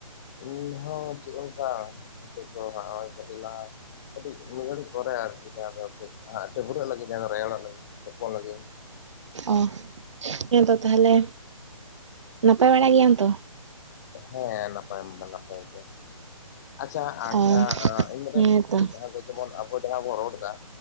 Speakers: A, on the left; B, on the right.
A: ᱤᱧ ᱦᱚᱸ ᱪᱮᱫ ᱦᱚ ᱵᱟᱝ ᱱᱤᱛᱚᱜ ᱫᱚ ᱦᱚᱸᱜ-ᱚᱭ ᱠᱟᱴᱤ ᱞᱟᱦᱟ ᱠᱟᱹᱴᱤᱡ ᱢᱤᱫ ᱜᱷᱟᱹᱲᱤᱡ ᱯᱚᱨᱮ ᱟᱨᱠᱤ ᱡᱟᱦᱟ ᱫᱚ ᱠᱟᱹᱡ ᱦᱟᱸᱜ ᱰᱟᱹᱵᱨᱟᱹᱜ ᱞᱟᱹᱜᱤᱫ ᱡᱟᱦᱟ ᱫᱚ ᱨᱮᱭᱟᱲ ᱚᱜ ᱞᱟᱹᱜᱤᱫ ᱛᱚᱯᱚᱜ ᱞᱟᱹᱜᱤᱫ ᱤᱧ᱾
B: ᱚᱸ ᱦᱮᱛᱚ ᱛᱟᱦᱞᱮ ᱱᱟᱯᱟᱭ ᱵᱟᱲᱟ ᱜᱮᱭᱟᱢ ᱛᱚ?
A: ᱦᱮᱸ ᱱᱟᱯᱟᱭ ᱫᱚ ᱱᱟᱯᱟᱭ ᱜᱮ᱾ ᱟᱪᱷᱟ ᱟᱪᱪᱷᱟ
B: ᱚ
A: ᱤᱧ ᱢᱤᱫᱴᱮᱱ
B: ᱦᱮᱸ
A: ᱠᱩᱠᱞᱤ
B: ᱛᱚ
A: ᱡᱟᱦᱟ ᱫᱚ ᱡᱮᱢᱚᱱ ᱟᱵᱚ ᱡᱟᱦᱟ ᱵᱚᱱ ᱨᱚᱲ ᱫᱟ